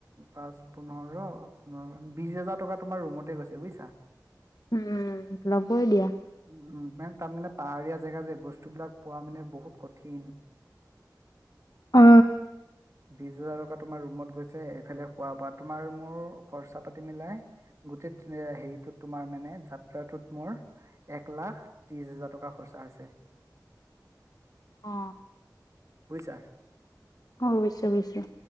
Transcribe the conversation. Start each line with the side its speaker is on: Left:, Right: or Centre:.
Right: পাঁচ পোন্ধৰ পোন্ধৰ বিছ হাজাৰ টকা তোমাৰ ৰুমতে গৈছে বুইছা
Left: উম লবই দিয়া
Right: উম মে তাৰ মানে পাহাৰীয়া জেগা যে বস্তুবিলাক পোৱা মানে বহুত কঠিন
Left: অ
Right: বিছ হাজাৰ টকা তোমাৰ ৰুমত গৈছে এইফালে খোৱা বোৱা তোমাৰ মোৰ খৰচা পাতি মিলাই গোটেই তেনেকে হেৰিটোত তোমাৰ মানে যাত্ৰাটোত মোৰ এক লাখ ত্ৰিশ হাজাৰ টকা খৰচা হৈছে
Left: অ
Right: বুইছা
Left: অ বুজিছো বুজিছো